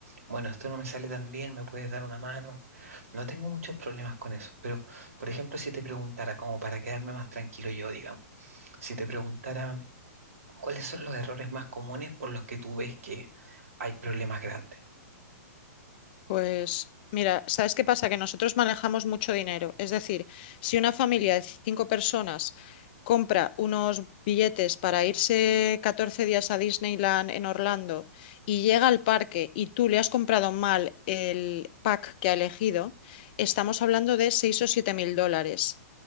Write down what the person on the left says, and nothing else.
Pues mira, ¿sabes qué pasa? Que nosotros manejamos mucho dinero. Es decir, si una familia de cinco personas compra unos billetes para irse 14 días a Disneyland en Orlando y llega al parque y tú le has comprado mal el pack que ha elegido, estamos hablando de seis o siete mil dólares.